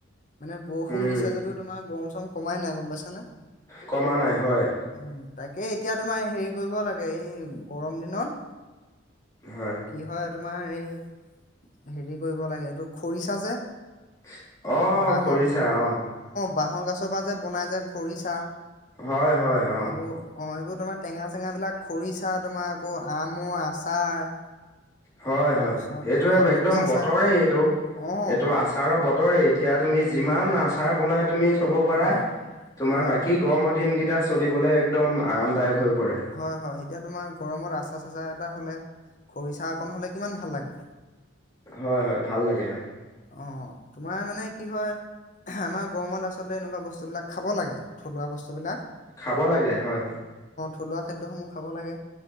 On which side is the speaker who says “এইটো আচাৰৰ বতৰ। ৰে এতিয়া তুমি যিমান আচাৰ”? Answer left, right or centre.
Left